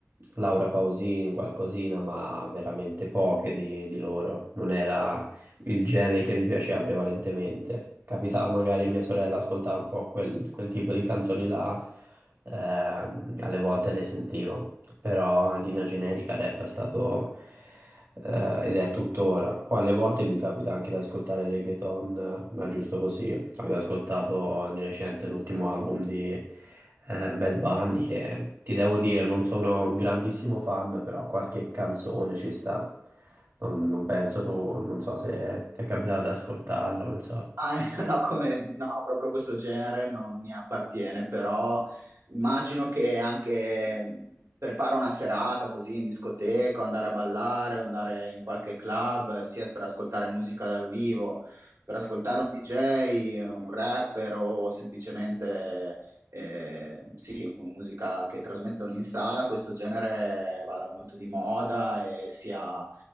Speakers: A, on the right; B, on the right.
A: Laura Pausini, qualcosina, ma veramente poche di, di loro. Non era il genere che mi piaceva prevalentemente. Capitava magari a mia sorella ascoltava un po' quel, quel tipo di canzoni là, ehm, alle volte le sentivo, però in linea generica rap è stato eh, ed è tuttora. Poi alle volte mi capita anche di ascoltare reggaeton, eh, ma giusto così, Avevo ascoltato di recente l'ultimo album di eh, Bad Bunny che ti devo dire non sono un grandissimo fan, però qualche canzone ci sta. Non, non penso tu, non so se ti è capitato ad ascoltarlo, non so.
B: Ah, <laughs> no, come, no, proprio questo genere non mi appartiene, però immagino che anche per fare una serata così in discoteca, andare a ballare, andare in qualche club, sia per ascoltare musica dal vivo, per ascoltare un DJ, un rapper o semplicemente eh, sì, con musica che trasmettono in sala, questo genere vada molto di moda e sia